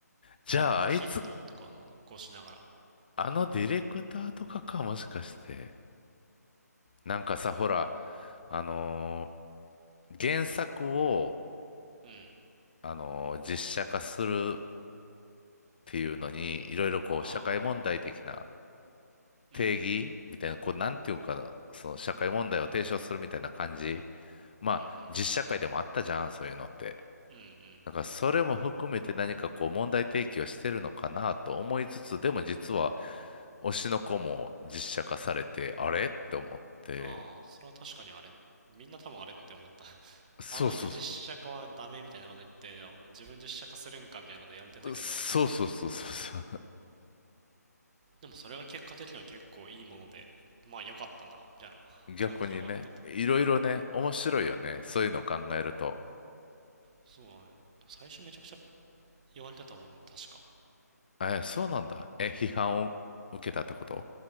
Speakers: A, on the left (about 30°); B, on the right (about 25°).
A: じゃああいつ、
B: ヒントとかを残しながら、
A: あのディレクターとかか、もしかして。なんかさ、ほら、あのー原作を、
B: うん。
A: あのー実写化するっていうのに、いろいろこう、
B: ああ、
A: 社会問題的な定義みたいな、
B: うん。
A: こう、なんていうかな、その社会問題を提唱するみたいな感じ。まあ、
B: うんうん。
A: 実社会でもあったじゃん、そういうのって。
B: うんうん。
A: だから、それも含めて何かこう、問題提起をしてるのかなと思いつつ、でも実は、推しの子も実写化されて、あれって思って。
B: ああ、それは確かにあれ、みんな多分あれって思った。<laughs>
A: そうそうそ
B: あんだけ実写化はダメみたいなこと言って、いや自分実写化するんかみたいなことやれてたけど、
A: う。そうそうそうそうそう。
B: でもそれが結果的には結構いいもので、まあ良かったな、みたいな感じで終わってた。
A: 逆にね、いろいろね、面白いよね。そういうの考えると。
B: うん。そうだね。最初めちゃくちゃ言われてたもんね、確か。
A: え、そうなんだ。え、批判を受けたってこと